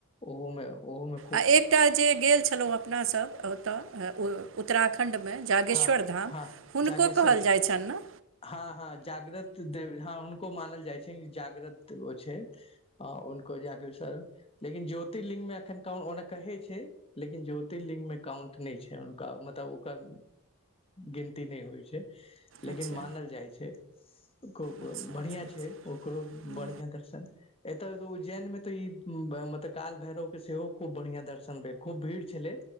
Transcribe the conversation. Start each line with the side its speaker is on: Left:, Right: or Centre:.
Left: ओहोमे ओहोमे
Right: आ एकटा जे गेल छलहुँ अपनासभ ओतय अ उत्तराखण्ड खण्डमे जाागेश्वर
Left: हँ
Right: धाम
Left: हँ
Right: हुनको
Left: जागेश्वर
Right: कहल जाइ छनि न
Left: हँ हँ जागृत देव धाम हँ हुनको मानल जाइ छै जागृत ओ छै आ हुनको जागृ सर लेकिन ज्योतिर्लिंग मे एखन कन ओना कहै छै लेकिन ज्योतिर्लिंग मे काउंट नहि छै हुनका मतलब ओकर गिनती नहि होइ छै लेकिन
Right: अच्छा
Left: मानल जाइ छै अक्क
Right: अच्छा
Left: बढ़िआं
Right: अच्छा
Left: छै ओकरो
Right: हूँ
Left: बढ़िआं दर्शन एतऽ उज्जैन मे तऽ ई मतलब काल भैरव के सेहो खूब बढ़िआं दर्शन भेल खूब भीड़ छलै